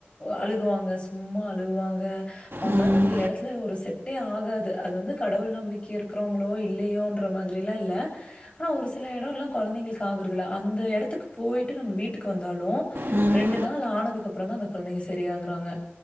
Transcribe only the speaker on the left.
அழுகுவாங்க சும்மா அழுகுவாங்க அவுங்னால
அந்த எடத்துல ஒரு செட்டே ஆகாது அது வந்து கடவுள் நம்பிக்கை இருக்கிறவங்களோ இல்லையோன்ற மாதிரில்லாம் இல்ல ஆனா ஒரு சில எடோல்லா கொழந்தைங்களுக்கு ஆகுறதில்ல அந்த எடத்துக்கு போய்ட்டு நம்ப வீட்டுக்கு வந்தாலு
ரெண்டு நாள் ஆனதுக்கப்புறம்தா அந்த கொழந்தைங்க சரியாகறாங்க